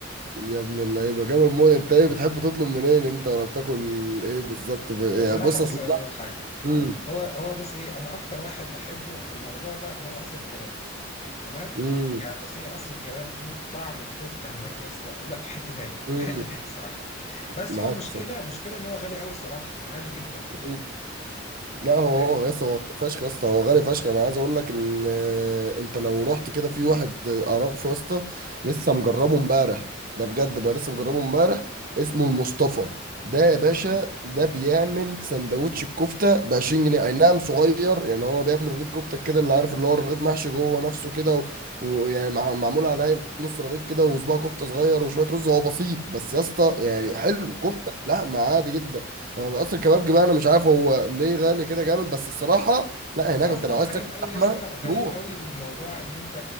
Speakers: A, on the right; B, on the left.
A: يا ابن اللعيبه جامد موت انت ايه بتحب تطلب منين انت ولا بتاكل ايه بالظبط في...
B: الصراحه
A: يعني بص
B: بص
A: اصل
B: عايز
A: لا
B: أقول لك حاجه
A: امم
B: هو هو بص ايه انا اكتر واحد بحبه في الموضوع ده هو قصر الكبابجي تمام
A: امم
B: يعني بص ايه قصر الكبابجي طعم الكفته هناك يا اسطى لا في حته تاني
A: امم
B: في حته تاني الصراحه بس
A: معاك
B: هو مشكله مشكله ان هو غالي قوي الصراحه غالي جدا
A: صح لا هو
B: فاهم
A: هو يا اسطى هو غالي فشخ يا اسطى هو غالي فشخ انا عايز اقول لك ان آه، انت لو رحت كده في واحد اعرفه يا اسطى لسه مجربه امبارح ده بجد بقى لسه مجربه امبارح اسمه المصطفى ده يا باشا
B: مم.
A: ده بيعمل سندوتش الكفته ب 20 جنيه اي نعم صغير يعني هو بيعمل رغيف كفته كده اللي عارف اللي هو الرغيف محشي جوه نفسه كده و- ويعني مع- معمول على هيئة نص رغيف كده وصباع كفته صغير وشويه رز هو بسيط بس يا اسطى يعني
B: ايوه
A: حلو كفته لا عادي جدا هو قصر الكبابجي بقى انا مش عارف هو ليه غالي كده جامد بس الصراحه لا
B: انا
A: هناك انت
B: اصلا
A: لو عايز
B: غريب
A: تاكل
B: قوي
A: لحمه
B: يا اسطى غريب
A: تروح
B: قوي الموضوع ان انت